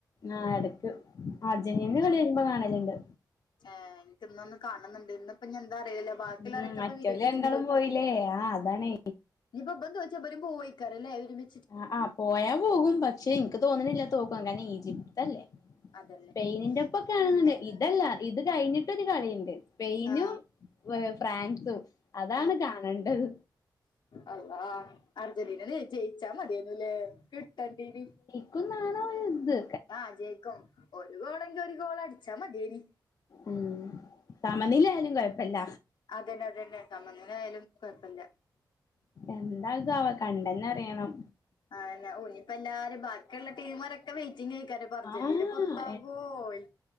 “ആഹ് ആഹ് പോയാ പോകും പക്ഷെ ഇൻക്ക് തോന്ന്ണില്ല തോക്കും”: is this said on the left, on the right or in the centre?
Left